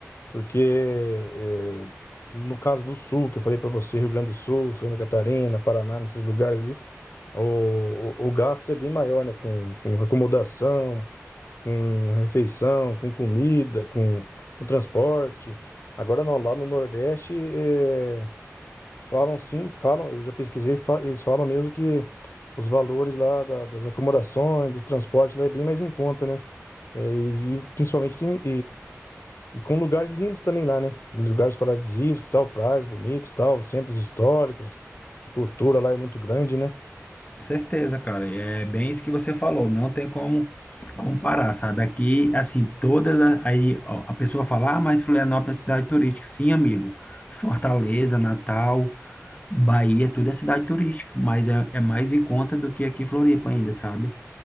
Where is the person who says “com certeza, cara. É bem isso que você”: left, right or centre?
Left